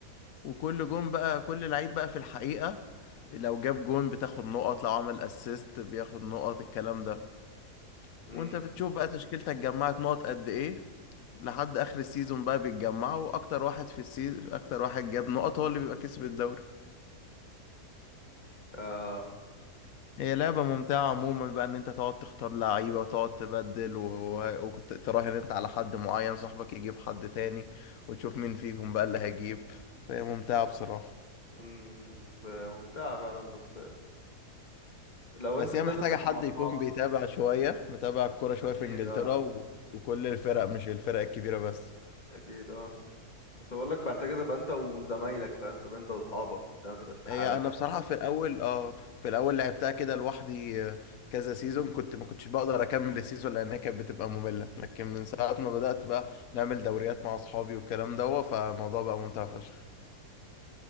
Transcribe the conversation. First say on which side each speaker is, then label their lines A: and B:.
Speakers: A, on the left; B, on the left.
A: وكل جون بقى كل لعيب بقى في الحقيقة لو جاب جون بتاخد نقط لو عمل اسيست بياخد نقط الكلام ده
B: امم
A: وانت بتشوف بقى تشكيلتك جمعت نقط قد ايه لحد اخر السيزون بقى بيتجمعوا واكتر واحد في السيزون اكتر واحد جاب نقط هو اللي بيبقى كسب الدوري
B: اه
A: هي لعبة ممتعة عموما بقى ان انت تقعد تختار لعيبة وتقعد تبدل و- وكنت تراهن انت على حد معين صاحبك يجيب حد تاني وتشوف مين فيهم بقى اللي هيجيب فهي ممتعة بصراحة
B: امم ف- ممتعه فعلا بس لو
A: بس
B: انت
A: هي محتاجة
B: لازم تبقى
A: حد
B: مع اصحابك
A: يكون بيتابع شوية متابع الكورة شوية
B: اكيد
A: في انجلترا
B: اه
A: و... وكل الفرق مش الفرق الكبيرة بس
B: اكيد اه بس بقول لك محتاجه تبقى انت وزمايلك فاهم تبقى انت واصحابك وبتاع ما تبقاش لحالك
A: هي انا بصراحه في الاول اه في الاول لعبتها كده لوحدي آه، كذا سيزون كنت ما كنتش بقدر اكمل السيزون لانها كانت بتبقى ممله لكن من ساعه
B: يعني
A: ما بدات بقى نعمل دوريات مع اصحابي والكلام ده فالموضوع بقى ممتع فشخ